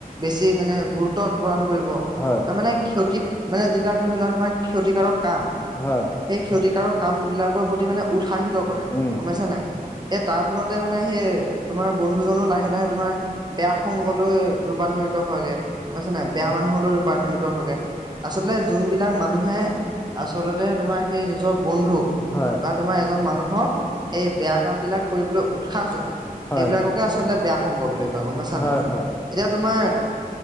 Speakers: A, on the right; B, on the left.
A: বেছি মানে গুৰুত্ব প্ৰদান কৰিব।
B: হয়,
A: তাৰ মানে ক্ষতিপ, মানে যিবিলাক ধৰি লোৱা তোমাৰ ক্ষতিকাৰক কাম।
B: হয়।
A: এই ক্ষতিকাৰক কামবিলাকৰ প্ৰতি মানে উৎসাহিত কৰে,
B: উম,
A: গম পাইছা নাই? এ, তাৰ ফলতে মানে সেই তোমাৰ বন্ধুজনো লাহে-লাহে তোমাৰ বেয়া সংগ লৈ ৰূপান্তৰিত হয়গে, পাইছ-নাই বেয়া মানুহলৈ ৰূপান্তৰিত হয়গে। আচলতে যোনবিলাক মানুহে, আচলতে তোমাৰ সেই নিজৰ বন্ধুক,
B: হয়,
A: বা তোমাৰ এজন মানুহক, এই বেয়া কাম বিলাক কৰিবলৈ উৎসাহ জগাই,
B: হয়।
A: সেইবিলাককে আচ বেয়া সংগ বুলি কয় গম পাইছা
B: হয়,
A: নাই?
B: হয়।
A: এতিয়া তোমাৰ,